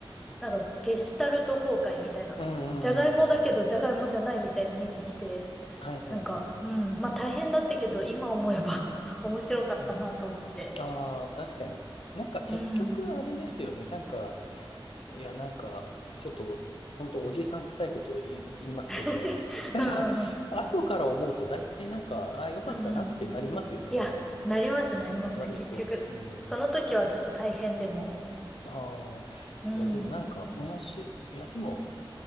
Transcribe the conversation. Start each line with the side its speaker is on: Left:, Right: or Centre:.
Centre: なんかゲシュタルト崩壊みたいな。
Left: うんうんうんうん。
Centre: じゃがいもだけどじゃがいもじゃないみたいに見えてきて、
Left: はいはいはいはい。
Centre: なんか、うん、まあ大変だったけど、今思えば <laughs> 面白かったなと思って。
Left: うん。ああ、確かに。なんか結局あれですよね。
Centre: うん。
Left: なんか、いや、なんか、ちょっと、本当おじさん臭いことを言い言いますけど、
Centre: <laughs>
Left: なんか、
Centre: うんうんうん。
Left: <laughs> 後から思うと大体なんか、ああ、よかったなってなりますよね、
Centre: うんうん。いや、
Left: なんかね。
Centre: なります、
Left: うん割と。
Centre: なります、結局。
Left: うん。
Centre: その時はちょっと大変でも。
Left: ああ、
Centre: うん。
Left: いや、でもなんか、面白い。いや、でも、